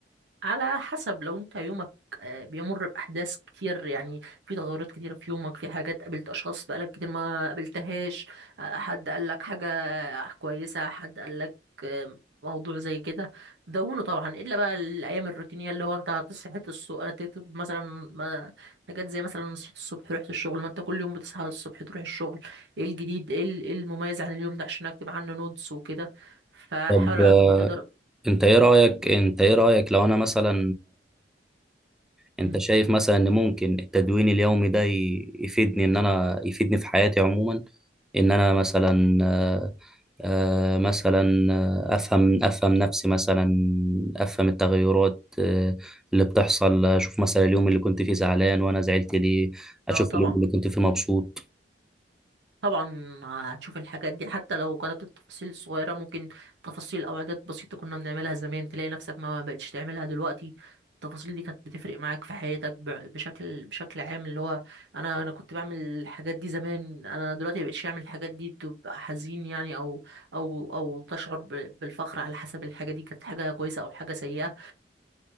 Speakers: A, on the right; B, in the centre.
A: على حسب لو انت يومك آه، بيمر بأحداث كتير يعني في تغيرات كتيرة في يومك في حاجات قابلت أشخاص بقالك كتير ما قابلتهاش آه، حد قالك حاجة كويسة حد قالك آه، موضوع زي كده دونه طبعا إلا بقى الأيام الروتينية اللي هو انت هتصحى الصبح تكتب مثلا ما- حاجات زي مثلا صحيت الصبح رحت الشغل ما انت كل يوم بتصحى الصبح تروح الشغل ايه الجديد ايه ال- إيه المميز عن اليوم ده عشان أكتب عنه نوتس وكده فحاول
B: طب
A: على
B: آه،
A: قد ما تقدر
B: انت ايه رأيك انت ايه رأيك لو انا مثلا انت
A: مم.
B: شايف مثلا ان ممكن التدوين اليومي ده ي- يفيدني ان انا يفيدني في حياتي عموما ان انا مثلا آه، آه، مثلا آه، افهم افهم نفسي مثلا افهم التغيرات آه، اللي بتحصل اشوف مثلا اليوم اللي كنت فيه زعلان وانا زعلت ليه اشوف
A: اه طبعا
B: اليوم اللي كنت فيه مبسوط
A: طبعا هتشوف الحاجات دي حتى لو كانت التفاصيل الصغيرة ممكن تفاصيل أو عادات بسيطة كنا بنعملها زمان تلاقي نفسك ما بقتش تعملها دلوقتي التفاصيل دي كانت بتفرق معاك في حياتك ب- بشكل بشكل عام اللي هو أنا أنا كنت بعمل الحاجات دي زمان أنا دلوقتي مبقتش أعمل الحاجات دي تبقى حزين يعني أو أو أو تشعر ب- بالفخر على حسب الحاجة دي كانت حاجة كويسة أو حاجة سيئة